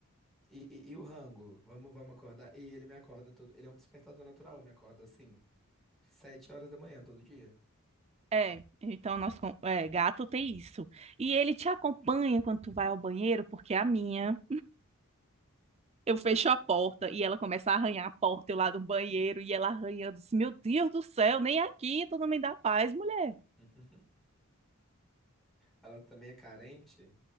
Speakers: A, in the centre; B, on the right.
A: E, e- e o rango? Vamos, vamos acordar. E ele me acorda todo. Ele é um despertador natural, me acorda assim, sete horas da manhã todo dia.
B: É, então nós, com- é, gato tem isso. E ele te acompanha quando tu vai ao banheiro, porque a minha Eu fecho a porta e ela começa a arranhar a porta, eu lá do banheiro, e ela arranhando. assim, Meu Deus do céu, nem aqui tu não me dá paz, mulher.
A: <laughs> Ela também é carente.